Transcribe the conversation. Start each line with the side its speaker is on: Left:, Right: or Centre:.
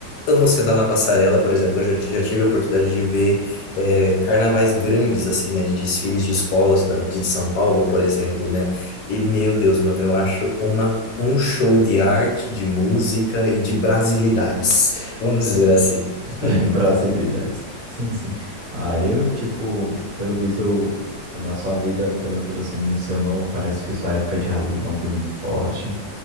Left: amo sentar na passarela, por exemplo, eu já, ti- já tive a oportunidade de ver eh, carnavais grandes, assim, né, de desfiles de escolas da, de São Paulo, por exemplo, né, e meu Deus, mano, eu acho uma, um show de arte, de música e de brasilidades, vamos dizer assim. <laughs>
Right: <laughs> Brasilidades. Sim, sim. Ah, eu, tipo, pelo visto, na sua vida, pelo que você mencionou, parece que sua época de Halloween não foi muito forte.